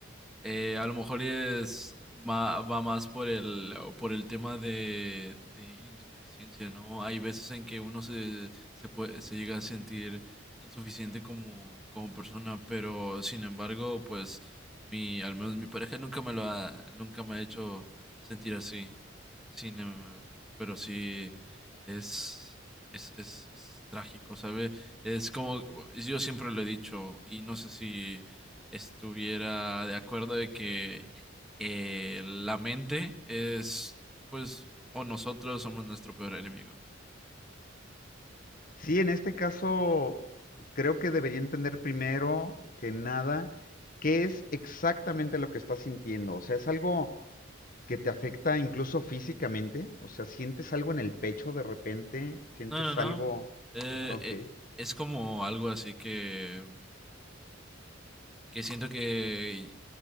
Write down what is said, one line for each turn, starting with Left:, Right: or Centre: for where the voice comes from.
Centre: eh, a lo mejor es va, va más por el por el tema de, de insuficiencia, ¿no? Hay veces en que uno se, se puede, se llega a sentir insuficiente como, como persona, pero sin embargo, pues mi, al menos mi pareja nunca me lo ha, nunca me ha hecho sentir así. Sin, em- pero sí es, es, es, es trágico, ¿sabe? Es como, yo siempre lo he dicho, y no sé si estuviera de acuerdo de que eh, la mente es, pues, o nosotros somos nuestro peor enemigo.
Left: Sí, en este caso creo que debería entender primero que nada qué es exactamente lo que estás sintiendo. O sea, es algo que te afecta incluso físicamente. O sea, sientes algo en el pecho de repente, sientes
Centre: No, no, no.
Left: algo...
Centre: Eh,
Left: <laughs> Ok,
Centre: eh, es como algo así que que siento que